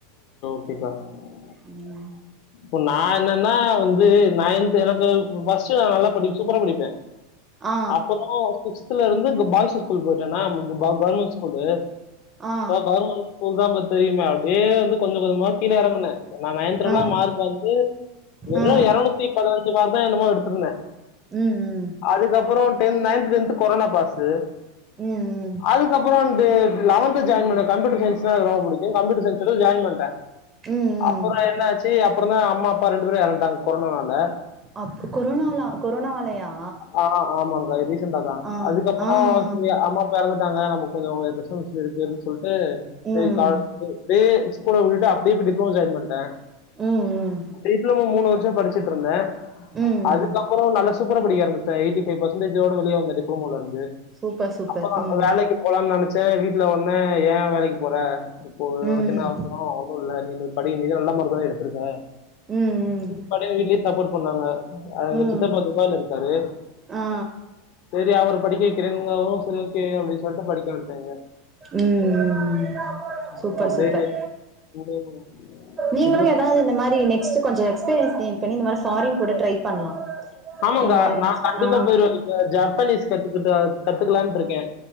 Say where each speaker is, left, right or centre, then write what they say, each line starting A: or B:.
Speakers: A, on the left; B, on the right.
A: <unintelligible>
B: ம்
A: இப்ப நா என்னென்னா வந்து நயன்த்து எனக்கு ஃபஸ் <unintelligible> நல்லா படிப் சூப்பரா படிப்பே
B: ஆ
A: அப்றோ ஸ் ஸ்த்துலருந்து பாய்ஸ் ஸ்கூல் போயிட்டேனா <unintelligible> கவர்மெண்ட் ஸ்கூலு
B: ஆ ஆ
A: இப்ப கவர்மெண்ட் ஸ்கூல் தா பத் தெரியுமா அப்டியே வந்து கொஞ்ச கொஞ்சமா கீழ எறங்குன நா நயன்த்துலலா
B: ஆ ஆ
A: மார்க் வந்து வெறு
B: ஆ
A: எறநூத்தி பதுனஞ்சு மார் மார்க்கோ என்னமோ எடுத்திருந்தே
B: ம் ம்
A: அதுக்கப்றோ ten ninth tenth corona pass
B: ம் ம்
A: அதுக்கப்றோ து லெவன்த் ஜாயின் பண்ணே கம்ப்யூட்டர் சயின்ஸ்னா எனக்கு ரொம்ப புடிக்கு கம்ப்யூட்டர் சயின்ஸ்ஸோட ஜாயின் பண்ட்டே
B: ம் ம்
A: அப்றோ என்னாச்சி அப் கொரானா அம்மா அப்பா ரெண்டு பேரு எறந்துடாங்க கொரோனா ல
B: அப் கொரோனாவ்ல கொரோனாவாலயா
A: ஆ ஆமாங்க ரீசெண்டாதா
B: ஆ
A: அதுக்கப்றோ
B: ஆ ஆ
A: சேரி அம்மா அப்பா எறந்துட் <unintelligible> நம்ம கொஞ்சோ டிஸ்டன்ஸ்ல இருக்குன்னு சொல்ட் ச
B: ம் ம்
A: செரி க <unintelligible> ஸ்கூலவுட்டுட்டு அப்டியே போய் டிப்ளமோ ஜாயின் பண்ட்டே
B: ம்
A: டிப்ளமோ மூணு வர் <unintelligible> படிச்சிட்டுருந்தே
B: ம் ம்
A: அதுக்கப்பறோ நல்லா சூப்பரா படிக்க ஆரம்பிச்சிட்டே எய்ட்டி ஃபைவ் பர்சன்டேஜோட வெளிய வந்தே டிப்ளமோலருந்து
B: சூப்பர் சூப்பர்
A: அப்பறோ
B: ம்
A: வேலைக்கு போலான்னு நெனச் சேர் வீட்டுல ஒடனே ஏ வேலைக்கு போற இப்போ
B: ம்
A: உனக்கு என்ன அவசர ஒன்னுல்ல நீன்னு படி நீ தா நல்ல மார்க் தா எடுத் திருக்க
B: ம் ம்
A: <unintelligible> வீட்லியே சப்போட் சொன்னாங்க ஆ எங்க
B: ம்
A: சித்தப்பா துபாய்ல இருக்காரு
B: ஆ
A: சேரி அவரு படிக்கவைப் கிறங்காவு செரி ஓகே அப்டின்னு சொல்ட்டு படிக்க அமிச்சாங்க
B: ம்
A: ம்
B: சூப்பர்
A: அப்டியே
B: சூப்பர்
A: <unintelligible>
B: நீங்களு
A: இன்னு
B: ஏதாவது இந்த மாரி நெக்ஸ்ட்டு கொஞ்சோ எஸ்பீரியன்ஸ் கெயின் பண்ணி இந்த மாரி ஃபாரின் கூட ட்ரை பண்லா
A: ஆமாக்கா
B: உங்க
A: நா கண்டிப்பா
B: ஆ
A: போயிருவே இப்ப ஜப்பனீஸ் கத்து இப்ப கத்துக்கலான்ட்டு இருக்கே